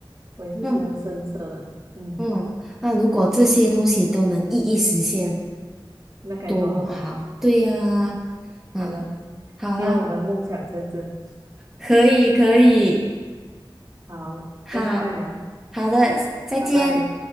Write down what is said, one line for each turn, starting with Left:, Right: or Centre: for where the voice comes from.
Right: 我也是喜欢深色的。
Centre: 嗯
Right: 嗯，
Centre: 嗯，那如果这些东西都能一一实现，
Right: 那该多好哦。
Centre: 多么好，对呀，嗯，
Right: 好了，
Centre: 好啦，
Right: 希望我们梦想成真。
Centre: 可以可以。
Right: 好，
Centre: 好
Right: 下次再聊，
Centre: 好的，再见。
Right: 拜拜。